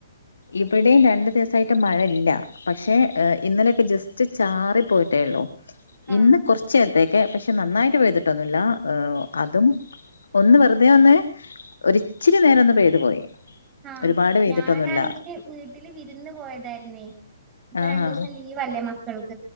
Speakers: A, on the left; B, on the right.
A: ഇബടെ രണ്ട് ദിവസായിട്ട് മഴല്ല. പക്ഷേ ഇന്നലെയൊക്കെ ജസ്റ്റ് ചാറിപ്പോയിട്ടേള്ളൂ.
B: ആഹ്
A: ഇന്ന് കൊർച്ചെ ട്ടേക്കെ പക്ഷെ നന്നായിട്ട് പെയ്തിട്ടൊന്നുല്ല. അതും ഒന്ന് വെറ്തെ ഒന്ന് ഒരിച്ചിരി നേരൊന്ന് പെയ്തു പോയി.
B: ആഹ്
A: ഒരുപാട് പെയ്തിട്ടൊന്നുല്ല
B: ഞാനാണെങ്കില് വീട്ടിൽ വിരുന്ന് പോയതായിര്ന്നേ ഇപ്പൊ
A: ആഹാ
B: രണ്ടുസം ലീവല്ലേ മക്കൾക്ക്